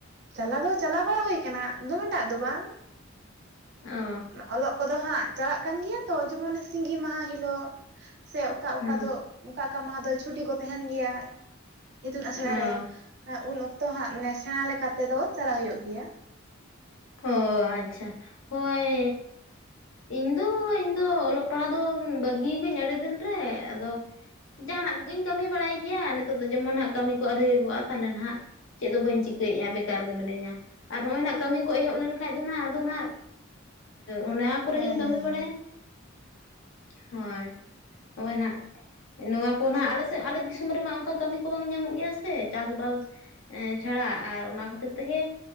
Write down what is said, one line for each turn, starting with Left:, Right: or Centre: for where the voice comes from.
Right: ᱪᱟᱞᱟᱣ ᱫᱚ ᱪᱟᱞᱟᱣ ᱵᱟᱲᱟ ᱦᱩᱭ ᱠᱟᱱᱟ ᱫᱚᱢᱮ ᱴᱟᱜ ᱫᱚ ᱵᱟᱝ
Left: ᱚ
Right: ᱚᱞᱚᱜ ᱠᱚᱫᱚ ᱦᱟᱸᱜ ᱪᱟᱞᱟᱜ ᱠᱟᱱ ᱜᱮᱭᱟ ᱛᱚ ᱦᱚᱜᱼᱚᱭ ᱡᱮᱢᱚᱱ ᱥᱤᱸᱜᱤ ᱢᱟᱦᱟ ᱦᱤᱞᱳᱜ ᱥᱮ ᱚᱠᱟ
Left: ᱦᱮᱸ
Right: ᱚᱠᱟ ᱫᱚ ᱚᱠᱟ ᱚᱠᱟ ᱢᱟᱦᱟᱸ ᱫᱚ ᱪᱷᱩᱴᱤ ᱠᱚ ᱛᱟᱦᱮᱱ ᱜᱮᱭᱟ ᱤᱛᱩᱱ
Left: ᱚ
Right: ᱟᱥᱲᱟᱨᱮ ᱩᱱ ᱚᱠᱛᱚ ᱦᱟᱸᱜ ᱢᱟᱱᱮ ᱥᱮᱬᱟ ᱞᱮᱠᱟ ᱛᱮᱫᱚ ᱪᱟᱞᱟᱜ ᱦᱩᱭᱩᱜ ᱜᱮᱭᱟ
Left: ᱚ ᱟᱪᱪᱷᱟ ᱦᱳᱭ ᱤᱧ ᱫᱚ ᱤᱧ ᱫᱚ ᱚᱞᱚᱜ ᱯᱟᱲᱦᱟᱜ ᱫᱚ ᱵᱟᱹᱜᱤᱠᱟᱧ ᱟᱹᱰᱤ ᱫᱤᱱᱨᱮ ᱟᱫᱚ ᱡᱟᱦᱟ ᱱᱟᱜ ᱠᱚ ᱜᱮᱧ ᱠᱟᱹᱢᱤ ᱵᱟᱲᱟᱭ ᱜᱮᱭᱟ ᱱᱤᱛᱚᱜ ᱫᱚ ᱡᱮᱢᱚᱱ ᱦᱟᱸᱜ ᱠᱟᱹᱢᱤ ᱠᱚ ᱟᱹᱨᱤ ᱦᱮᱵᱚᱜᱼᱟ ᱛᱟᱦᱚᱞᱮ ᱦᱟᱜ ᱪᱮᱫ ᱦᱚᱸᱵᱟᱹᱧ ᱪᱤᱠᱟᱹᱭᱮᱜᱼᱟ ᱵᱮᱠᱟᱨ ᱜᱮ ᱢᱤᱱᱟᱹᱧᱟ ᱟᱨ ᱦᱚᱜᱼᱚᱭ ᱱᱟᱜ ᱠᱟᱹᱢᱤ ᱠᱚ ᱮᱦᱚᱵ ᱞᱮᱱᱠᱷᱟᱱ ᱫᱚ ᱟᱫᱚ ᱱᱟᱜ ᱚᱱᱟ ᱠᱚᱨᱮ
Right: ᱦᱮᱸ
Left: ᱜᱤᱧ ᱠᱟᱹᱢᱤ
Right: ᱦᱮᱸ
Left: ᱵᱟᱲᱟᱭᱟ
Right: ᱦᱮᱸ
Left: ᱦᱳᱭ ᱱᱚᱜ ᱚᱭ ᱱᱟᱜ ᱱᱚᱣᱟ ᱠᱚ ᱱᱟᱜ ᱟᱞᱮ ᱥᱮᱫ ᱟᱞᱮ ᱫᱤᱥᱚᱢ ᱨᱮᱢᱟ ᱚᱱᱠᱟ ᱠᱟᱹᱢᱤ ᱠᱚ ᱵᱟᱝ ᱧᱟᱢᱚᱜ ᱜᱮᱭᱟ ᱥᱮ ᱪᱟᱥ ᱵᱟᱥ ᱮᱮ ᱪᱷᱟᱲᱟ ᱟᱨ ᱚᱱᱟ ᱠᱷᱟᱹᱛᱤᱨ ᱛᱮᱜᱮ